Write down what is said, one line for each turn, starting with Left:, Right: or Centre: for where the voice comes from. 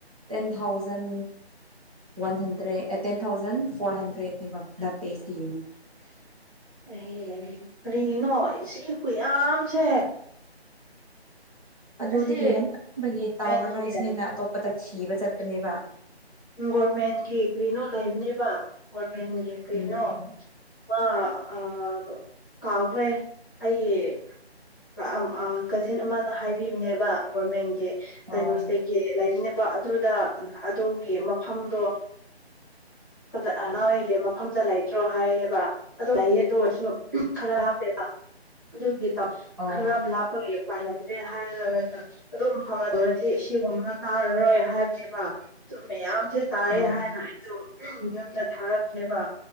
Right: ten thousand one hundred ꯑꯦ ꯇꯦꯟ ꯊꯥꯎꯖꯟ ꯐꯣꯔ ꯍꯟꯗ꯭ꯔꯦꯠ ꯅꯦꯕ ꯕ꯭ꯂꯠꯇꯦꯁ ꯀꯤ ꯌꯦꯡꯉꯣ
Left: ꯑꯦ ꯀꯔꯤꯒꯤꯅꯣ ꯏꯁꯤ ꯈꯨꯌꯥꯝꯁꯦ
Right: ꯑꯗꯨꯗꯒꯤ
Left: ꯑꯁꯤ
Right: ꯍꯦꯟꯃꯟꯕꯒꯤ ꯇꯥꯎꯔꯔꯣꯏꯁꯦꯅ
Left: ꯒꯣꯔꯃꯦꯟꯒꯤ
Right: ꯑꯇꯣꯞꯄꯗ ꯊꯤꯕ ꯆꯠ ꯕꯅꯦꯕ
Left: ꯒꯣꯔꯃꯦꯟꯒꯤ ꯀꯔꯤꯅꯣ ꯂꯩꯕꯅꯦꯕ ꯃꯦꯟꯒꯤ ꯀꯩꯅꯣ
Right: ꯎꯝ
Left: ꯃꯥ ꯑꯥ ꯀꯥꯎꯈ꯭ꯔꯦ ꯑꯩ <unintelligible> ꯀꯖꯤꯟ ꯑꯃꯅ ꯍꯥꯏꯕꯤꯕꯅꯦꯕ ꯒꯣꯔꯃꯦꯟꯒꯤ ꯗꯥꯏꯒꯣꯅꯣꯁꯇꯤꯛꯀꯤ
Right: ꯑꯥ
Left: ꯂꯩꯕꯅꯦꯕ ꯑꯗꯨꯗ ꯑꯗꯨꯒꯤ ꯃꯐꯝꯗꯣ ꯑꯗꯣ ꯑꯅꯍꯣꯏꯒꯤ ꯃꯐꯝꯗ ꯂꯩꯇ꯭ꯔꯣ ꯍꯥꯏ ꯕ ꯑꯗꯨ ꯂꯩꯌꯦ ꯑꯗꯣ ꯑꯣꯏꯔꯁꯨ ꯈꯔ ꯂꯥꯞꯄꯦꯕ ꯑꯗꯨ ꯒꯤꯇꯣ
Right: ꯑꯣ
Left: ꯈꯔ ꯂꯥꯞꯄꯒꯤ ꯎꯄꯥꯏ ꯂꯩꯇ꯭ꯔꯦ ꯍꯥꯏꯔꯒ ꯑꯗꯨꯝ ꯐꯔꯨꯔꯗꯤ ꯁꯤꯒꯨꯝꯕ ꯇꯥꯔꯔꯣꯏ ꯍꯥꯏꯕꯅꯦꯕ ꯑꯗꯨ ꯃꯌꯥꯝ ꯗꯦ ꯇꯥꯢꯌꯦ
Right: ꯎꯝ
Left: ꯍꯥꯏꯅ ꯑꯩꯗꯣ
Right: <inaudible>
Left: ꯌꯨꯝꯗ ꯊꯥꯔꯛꯅꯦꯕ